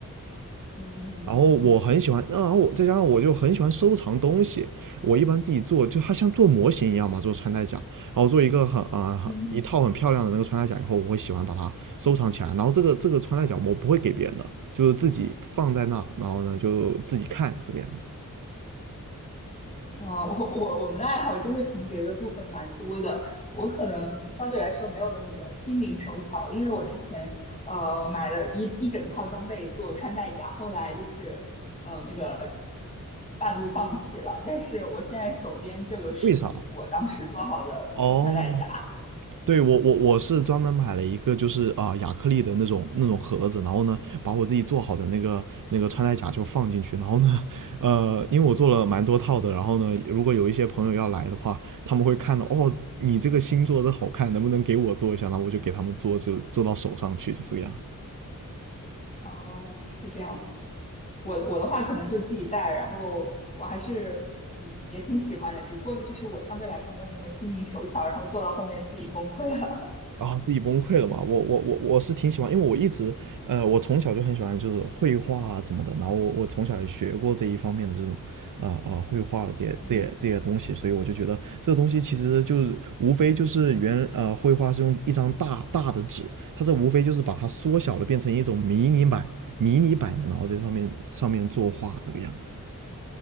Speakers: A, on the left; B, on the right.
A: 嗯
B: 然后我很喜欢，然后我再加上我就很喜欢收藏东西，我一般自己做，就它像做模型一样嘛，做穿戴甲，然后做一个很啊、
A: 嗯。
B: 呃一套很漂亮的那个穿戴甲以后，我会喜欢把它收藏起来，然后这个这个穿戴甲我不会给别人的，就是自己放在那，然后呢就自己看这个样子。
A: 哇，我我我们的爱好真的重叠的部分蛮多的。我可能相对来说没有那么的心灵手巧，因为我之前呃买了一一整套装备做穿戴甲，后来就是呃那个半路放弃了。但是我现在手边就有十几副我当时做好的穿戴甲。
B: 为啥？哦，对我我我是专门买了一个就是啊、呃亚克力的那种那种盒子，然后呢把我自己做好的那个那个穿戴甲就放进去，然后呢呃因为我做了蛮多套的，然后呢如果有一些朋友要来的话，他们会看到哦你这个新做的好看，能不能给我做一下？那我就给他们做，就做到手上去，就这样。
A: 哦，是这样。我我的话可能就自己带，然后我还是嗯也挺喜欢的，只不过就是我相对来说没有那么心灵手巧，然后做到后面自己崩溃了。
B: 啊，自己崩溃了嘛？我我我我是挺喜欢，因为我一直，呃，我从小就很喜欢就是绘画啊什么的，然后我我从小也学过这一方面的这种，啊、啊、绘画的这些这些这些东西，
A: <laughs> 嗯
B: 所以我就觉得这个东西其实就是无非就是原呃绘画是用一张大大的纸，它这无非就是把它缩小了变成一种迷你版迷你版的，然后在上面上面作画这个样子。